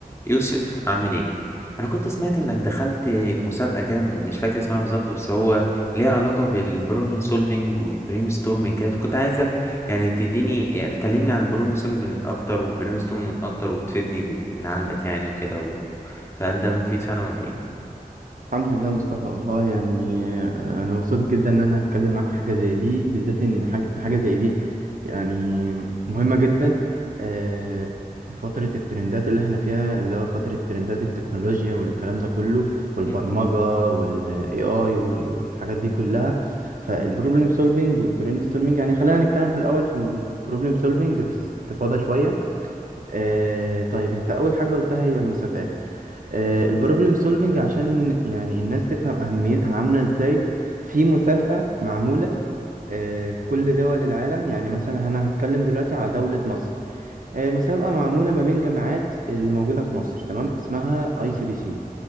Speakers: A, on the left; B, on the right.
A: يوسف عامل ايه انا كنت سمعت انك دخلت مسابقه كده مش فاكر اسمها بالظبط بس هو ليها علاقه بالبروبلم سولفينج والبرين ستورمينج كده فكنت عايزك يعني تديني يعني تكلمني عن البروبلم سولفينج اكتر والبرين ستورمينج اكتر وتفيدني باللي عندك يعني وكده و... فهل ده مفيد فعلا ولا ايه
B: الحمد لله مصطفى والله يعني آه، انا مبسوط جدا ان انا هتكلم معاك في حاجه زي دي بالذات ان حاجه حاجة زي دي يعني مهمه جدا آه، في فتره الترندات اللي احنا فيها اللي هو فتره ترندات التكنولوجيا والكلام ده كله والبرمجه
A: مم.
B: والاي اي والحاجات دي كلها فالبروبلم سولفينج والبرين ستورمينج يعني خلينا نتكلم في الاول في البروبلم سولفينج باستفاضه شويه آه، طيب انت اول حاجه قلتها هي المسابقات البروبلم سولفنج عشان يعني الناس تفهم أهميتها عاملة ازاي في مسابقة معمولة آه، في كل دول العالم يعني مثلا أنا هتكلم دلوقتي على دولة مصر آه، مسابقة معمولة ما بين جامعات اللي موجودة في مصر تمام اسمها اي سي بي سي